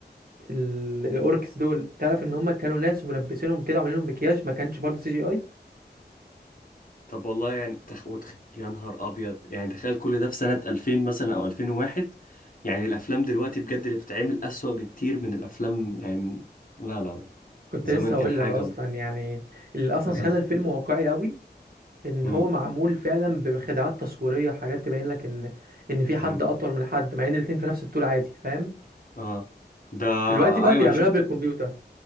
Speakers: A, on the right; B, on the left.
A: ال... الاوركس دول تعرف ان هما كانوا ناس وملبسينهم كده وعاملين لهم مكياج ما كانش برضه سي جي اي
B: طب والله يعني تخ... وتخ... يا نهار ابيض يعني تخيل كل ده في سنة 2000 مثلا او 2001 يعني الافلام دلوقتي بجد اللي بتتعمل اسوأ بكتير من الافلام يعني من... لا لا لا
A: كنت
B: زمان
A: لسه
B: كان
A: هقول
B: حاجة
A: لك اصلا يعني اللي اصلا
B: ذا
A: خلى الفيلم واقعي قوي ان
B: امم
A: هو معمول فعلا بخدعات تصويريه وحاجات تبين لك ان ان في حد
B: امم
A: اطول من حد مع ان الاتنين في نفس الطول عادي فاهم
B: اه ده
A: دلوقتي بقى
B: ايوه
A: بيعملوها
B: انا شفت
A: بالكمبيوتر